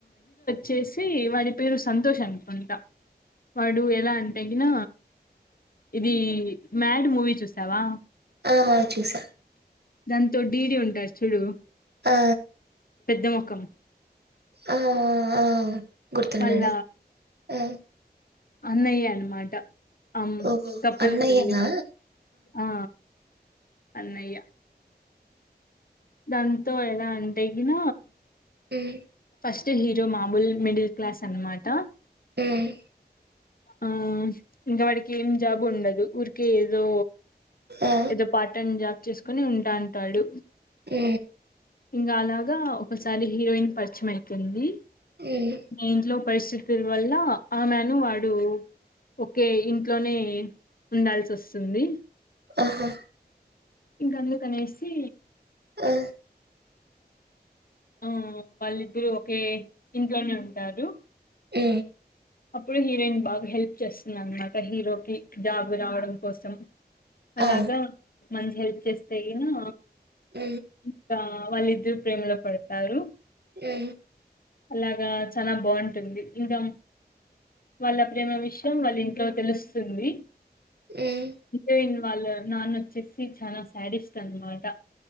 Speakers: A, on the left; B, on the right.
A: చేసి వాడి పేరు సంతోష్ అనుకుంటా వాడు ఎలా అంత తగిన ఇది మ్యాడ్ మూవీ చూసావా
B: ఆహా చూసా
A: దాంతో ఢీడీ ఉంటారు చూడు
B: ఆ
A: పెద్ద్ద మొక్కం
B: ఆ ఆ ఆ ఆ గుర్తున్నాడు
A: వాళ్ళ
B: ఆ
A: అన్నయ్య అనమాట అం
B: ఓ
A: కపుల్
B: అన్నయ్యనా
A: ఫ్రెండ్లీ ఆ అన్నయ్య దాంతో ఎలా అంటే గిన
B: హ్మ్
A: ఫస్ట్ హీరో మామూల్ మిడిల్ క్లాస్ అన్మాట
B: హ్మ్
A: ఆ ఇంకా వాడికి ఏం జాబు ఉండదు ఊరికే ఏదో
B: ఆ
A: ఏదో పార్ట్టైమ్ జో చేసుకోని ఉంటాంటాడు
B: అ
A: ఇంకా అలాగా ఒకసారి హీరోయిన్ పర్స్ మారీ చ్చమైతుంది
B: మ్మ్
A: ఇంట్లో పరిస్థితుల వల్ల ఆమెను వాడు ఒకే ఇంట్లోనే ఉండాల్సి వస్తుంది
B: ఆహా
A: ఇంకా అందుకనేసి
B: ఆ
A: ఆ వాళ్ళిద్దరుూ ఒకే ఇంట్లోనే ఉంటారు
B: ఆ
A: అప్పుడు హీరోయిన్ బాగా హెల్ప్ చేస్తుది అనమాట హీరోకి జాబ్ రావడం కోసం అలాగా
B: ఆ
A: మంచి హెల్ప్ చేస్తే గిన
B: అ
A: ఇంకా వాళ్ళిద్దరు ప్రేమలో పడతారు
B: అ
A: అలాగా చాల బాగుంటుంది ఇంకా వాళ్ళ ప్రేమ విషయం వాళ్ళ ఇంట్లో తెలుస్తుంది
B: మ్మ్
A: జయిను వాళ్ళ నాన్న వచ్చేసి చాలా శాడిస్ట్ అనమాట